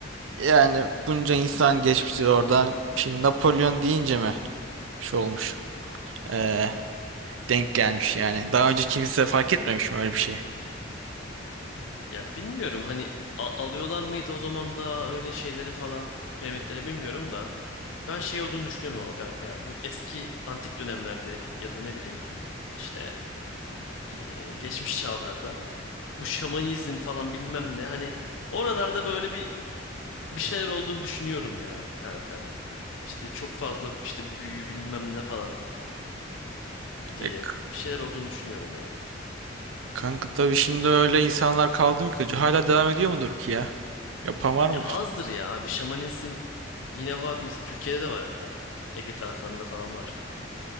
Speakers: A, on the right; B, on the left.
A: yani bunca insan geçmişti oradan. Şimdi Napolyon deyince mi şey olmuş? Ee, denk gelmiş yani. Daha önce kimse fark etmemiş mi öyle bir şey?
B: Ya bilmiyorum hani a- alıyorlar mıydı o zaman da öyle şeylere falan piramitlere bilmiyorum da. Ben şey olduğunu düşünüyorum ama kanka ya. Bu eski antik dönemlerde ya da ne bileyim işte e, geçmiş çağlarda bu şamanizm falan bilmem ne hani oralarda böyle bir bir şeyler olduğunu düşünüyorum ya kanka. İşte çok fazla işte büyü bilmem ne falan diye
A: E, k-
B: bir şeyler olduğunu düşünüyorum yani.
A: kanka tabii şimdi öyle insanlar kaldı mı ki? Hala devam ediyor mudur ki ya? Yapan var mıdır?
B: Ya azdır ya abi şamanizm yine var mesela Türkiye'de de var hatta. Ege taraflarında falan var.